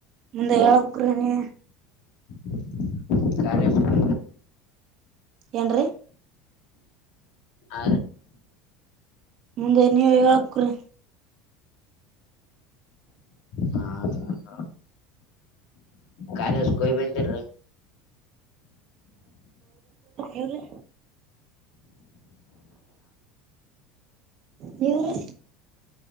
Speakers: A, on the right; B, on the left.
A: ಮುಂದೆ ಹೇಳಬೇಕ್ಕರಿ ನೀವೇ
B: <unintelligible>
A: ಏನ್ರೀ
B: ಆ
A: ಮುಂದೆ ನೀವು ಹೇಳಬೇಕ್ರಿ
B: ಹ ಕಾಲೇಜ್ ಹೋಗಿ ಬಂದ್ರಿ
A: ಇವರು ನಿವರೇ